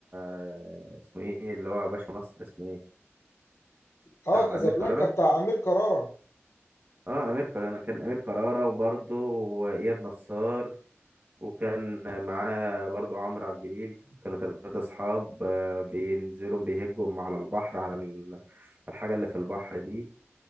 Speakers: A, on the right; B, on the left.
A: آه، اسمه ايه اللي هو باشا مصر اسمه ايه
B: اه
A: بتاع
B: كازابلانكا
A: امير كرارة
B: بتاع امير كرارة
A: اه امير كرارة كان امير كرارة وبرضه واياد نصار وكان معاه برضو عمرو عبد الجليل كانوا ثلاثة أصحاب آه، بينزلوا بيهجوا على البحر على ال- الحاجة اللي في البحر دي